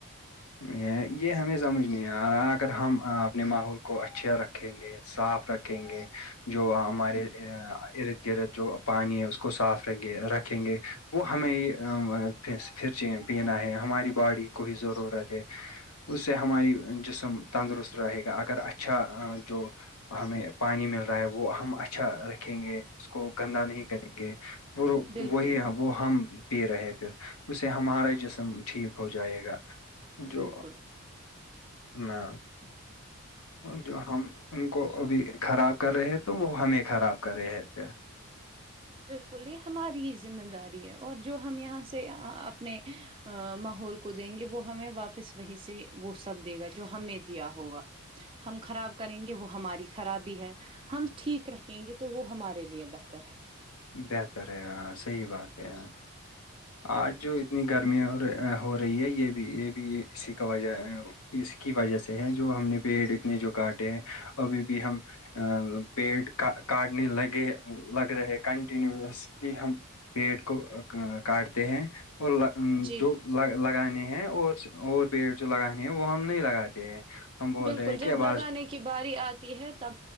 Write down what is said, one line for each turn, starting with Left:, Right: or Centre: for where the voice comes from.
Left: یہ یہ ہمیں سمجھ نہیں آ اگر ہم اپنے ماحول کوھا اچھا رکھیں گے صاف رکھیں گے جو ہمارےر جو پانی ہے اس کو صاف ر رکھیں گے وہ ہمیں ہی پھر پھر پینا ہے ہماری باڈی کو ہی ضرورت ہے اس سے ہماری جسم تندرست رہے گا اگر اچھا جو ہمیں پانی مل رہا ہے وہ ہم اچھا رکھیں گے اس کو گندا نہیں کریں گے وہ
Right: بالکل
Left: وہی ہم وہ ہم پی رہے پھر اس سے ہمارا جسم ٹھیک ہو جائے گا جو
Right: بالکل
Left: میں
Right: <inaudible>
Left: جو ہم ان کو ابھی خراب کر رہے ہیں تو وہ ہمیں خراب کر رہے ہیں پھر
Right: بالکل یہ ہماری ہی ذمہ داری ہے اور جو ہم یہاں سے اپنے ماحول کو دیں گے وہ ہمیں واپس وہی سے وہ سب دے گا جو ہم نے دیا ہوگا ہم خراب کریں گے وہ ہماری خرابی ہے ہم ٹھیک رکھیں گے تو وہ ہمارے لیے بہتر ہے
Left: بہتر ہے اں صحیح بات ہے آج جو اتنی
Right: جی بالکل
Left: گرمی اور ہو رہی ہے یہ بھی یہ بھی اسی کا وجہ اس کی وجہ سے ہے جو ہم نے پیڑ اپ نے جو کاٹے ہیں ابھی بھی ہم ا پیٹ کا کاٹنے لگے لگ رہے کنٹینوسلی ہم پیڑ کو کاٹتے ہیں اور
Right: جی
Left: جو ل لگانے ہیں اور اور پیڑ جو لگانے ہیں وہ ہم نہیں لگاتے ہیں ہم بول
Right: بالکل
Left: رہے ہیں
Right: جب
Left: کہ آواز
Right: لگانے کی باری آتی ہے تب